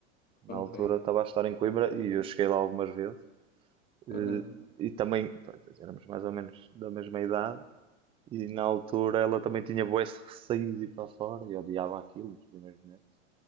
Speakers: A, on the right; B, on the left.
A: na
B: Ok.
A: altura estava a estudar em Coimbra
B: Eu-
A: e eu cheguei lá algumas vezes. Eh,
B: Aham,
A: e também, pá, éramos mais ou menos da mesma idade. E na altura ela também tinha bué esse receio de ir para fora e odiava aquilo nos primeiros meses.